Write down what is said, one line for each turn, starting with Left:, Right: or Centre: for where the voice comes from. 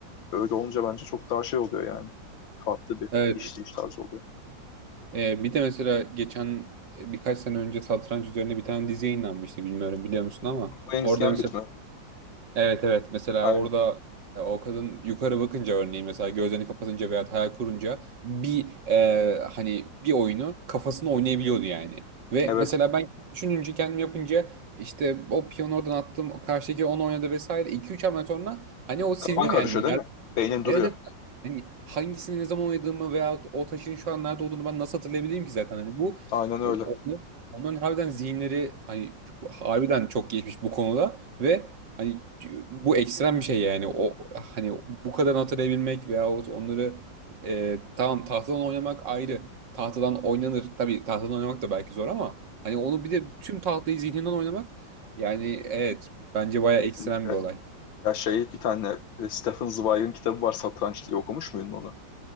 Left: Öyle olunca bence çok daha şey oluyor yani. Farklı bir
Right: Evet.
Left: işleyiş tarzı oluyor.
Right: Ee, bir de mesela geçen e, birkaç sene önce satranç üzerine bir tane dizi yayınlanmıştı bilmiyorum biliyor musun ama
Left: Queen's
Right: orada
Left: Gambit
Right: mesela
Left: mi?
Right: evet evet mesela
Left: Aynen.
Right: orada e, o kadın yukarı bakınca örneğin mesela gözlerini kapatınca veya hayal kurunca bir e, hani bir oyunu kafasında oynayabiliyordu yani. Ve
Left: Evet.
Right: mesela ben düşününce kendim yapınca işte o piyonu oradan attım o karşıdaki onu oynadı vesaire iki üç hamle sonra hani o siliniyor
Left: Kafan karışıyor
Right: yani.
Left: değil mi? Beynin duruyor.
Right: Evet evet. Yani hangisini ne zaman oynadığımı veya o taşın şu an nerede olduğunu ben nasıl hatırlayabileyim ki zaten. Hani bu
Left: Aynen öyle.
Right: e, onların, onların harbiden zihinleri hani çok- harbiden çok geçmiş bu konuda ve hani bu ekstrem bir şey yani o hani bu kadar hatırlayabilmek veyahut onları e, tamam tahtadan oynamak ayrı. Tahtadan oynanır. Tabii tahtadan oynamak da belki zor ama hani onu bir de tüm tahtayı zihninden oynamak yani evet bence bayağı
Left: Kesinlikle.
Right: ekstrem bir olay.
Left: Ya şey bir tane e, Stephen Zweig'in kitabı var Satranç diye okumuş muydun onu?